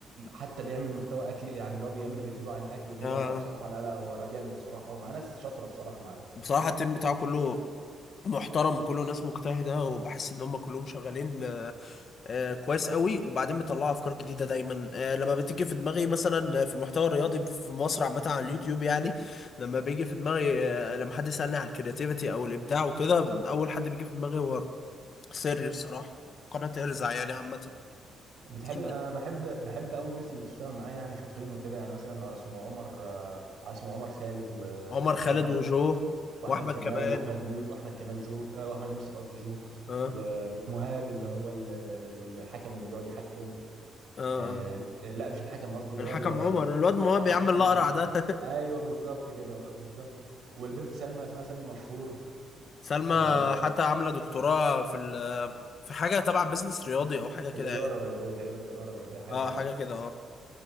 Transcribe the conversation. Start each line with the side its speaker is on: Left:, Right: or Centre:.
Right: حتى بيعمل محتوى اكل يعني اللي هو بيعمل ريفيو عن الاكل وكده
Left: آه،
Right: فبصراحة
Left: آه.
Right: لا لا هو راجل جامد بصراحة ومعاه ناس شاطرة بصراحة معاه
Left: بصراحه التيم بتاعه كله محترم وكله ناس مجتهده وبحس ان هم كلهم شغالين آه، آه، كويس قوي وبعدين بيطلعوا افكار جديده دايما آه، لما بتيجي في دماغي مثلا في المحتوى الرياضي في مصر عامه على اليوتيوب يعني لما بيجي في دماغي آه، لما حد يسالني على الكرياتيفيتي او الابداع وكده اول حد بيجي في دماغي هو سر الصراحة قناة ارزع يعني عامة
Right: بتحب
Left: إن
Right: انا بحب بحب قوي الناس اللي بتشتغل معايا يعني شاطرين وكده يعني مثلا اسمه عمر آه، اسمه عمر خالد و
Left: عمر خالد
Right: واحمد
Left: وجو
Right: واحمد
Left: وأحمد
Right: كمال
Left: كمال
Right: واحمد يو واحمد كمال جو آه، واحمد يوسف قصدي جو
Left: اه
Right: و- ومهاب اللي هو ال- الحكم اللي بيقعد يحكم
Left: اه اه
Right: آه، لا مش الحكم قصدي اللي
Left: الحكم
Right: هو ال-
Left: عمر الواد مواب
Right: اه
Left: يا
Right: الحكم
Left: عم الأقرع
Right: عمر
Left: ده
Right: ايوه بالظبط كده بالظبط والبنت سلمى اسمها سلمى مشهور
Left: <laughs> سلمى
Right: آه،
Left: حتى عاملة دكتوراه في ال في حاجة تبع بيزنس رياضي أو حاجة كده
Right: في الاداره
Left: يعني
Right: الرياضيه تقريبا الاداره الرياضيه حاجه
Left: اه
Right: كده
Left: حاجة كده اه